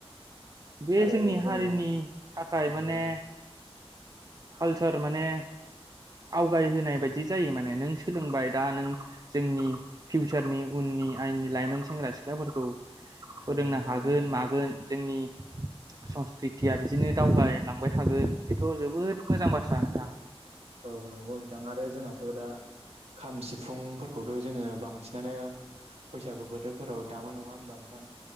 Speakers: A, on the right (about 35°); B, on the right (about 75°).
A: बे
B: आरो
A: जोंनि
B: जोङो
A: हारिनि थाखाय
B: नंगौ
A: माने कालचार माने आवगाय होनोनाय
B: औ
A: बायदि जायो माने नों सोलोंबाय दा नों जोंनि फिउचारनि उननि आयेननि लाइमोन सेंग्रा सिख्लाफोरखौ फोरोंनो
B: औ नंगौ
A: हागोन
B: नोंथां
A: मागोन जोंनि संस्कृतिया बिदिनो दावगालांबाय थागोन बेथ' जोबोद मोजां बाथ्रा नोंथां।
B: औ नंगौ नोंथां आरो जोंहाथ' दा खाम सिफुंफोरखौथ' जोङो बांसिनानो बैसागु बोथोरफोराव दामो नङा ओमबा नोंथां?